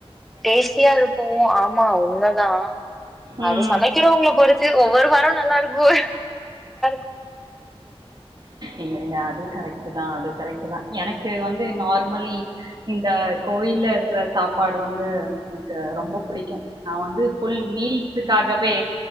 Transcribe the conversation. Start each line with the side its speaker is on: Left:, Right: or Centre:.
Centre: டேஸ்ட்டியாருக்கு ஓ ஆமா உண்மதா
Right: ம்.
Centre: அது சமைக்கிறவங்ள பொறுத் து ஒவ்வொரு வாரோ நல்லாருக்கு <unintelligible>
Right: இல்ல இல்ல அது கரெக்டு தா அது கரெக்டு தா எனக்கு வந்து நார்மலி இந்த கோயில்ல இருக்ற சாப்பாடு வந்து எனக்கு ரொம்ப புடிக்கு நா வந்து ஃபுல் நீத்துக்காகவே